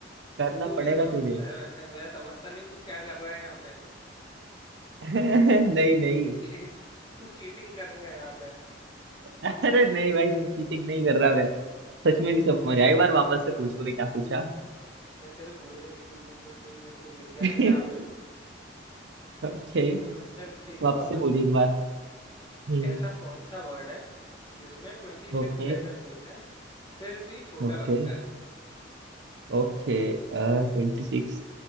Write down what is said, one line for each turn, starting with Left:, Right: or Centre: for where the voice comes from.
Right: करना
Left: तू
Right: पड़ेगा
Left: क्या समझता
Right: तुझे
Left: है मैं, मैं समझता नहीं हूँ तू क्या कर रहा है यहाँ पे
Right: <laughs> नहीं नहीं
Left: तू ची, तू चीटिंग कर रहा है यहाँ पे
Right: अरे नहीं भाई नहीं चीटिंग नहीं कर रहा मैं सच में नहीं समझ आया एक बार वापस से पूछ तूने क्या पूछा
Left: मैं तेरे गुर्दे छील दूंगा तू मेरे को दिख गया
Right: <laughs>
Left: ना जहाँ पे
Right: ओके
Left: मैं- चल ठीक है
Right: वापस
Left: वापस
Right: से पूछ
Left: पूछता
Right: एक बार
Left: हूँ
Right: हम्म
Left: ऐसा कौन सा वर्ड है जिसमें ट्वेंटी सिक्स
Right: ओके
Left: लेटर्स होते हैं फिर भी छोटा
Right: ओके
Left: लगता है
Right: ओके ट्वेंटी सिक्स